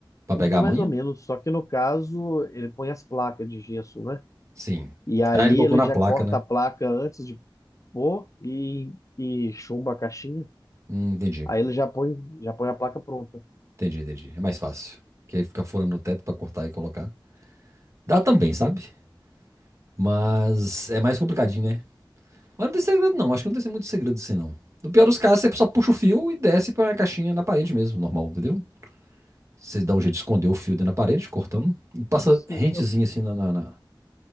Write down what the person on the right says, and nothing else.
Pra
pegar
a manha?
Sim.
Aí ele colocou
na
placa,
né?
Hum, entendi,
entendi, entendi. É mais fácil. Porque aí fica furando no teto pra cortar e colocar. Dá também, sabe? Mas é mais complicadinho, né? Mas não tem segredo, não. Acho que não tem muito segredo assim, não. No pior dos casos, você só puxa o fio e desce pra caixinha na parede mesmo, normal, entendeu? Você dá um jeito de esconder o fio dentro da parede, cortando, e passa
rentezinho
assim na. na, na...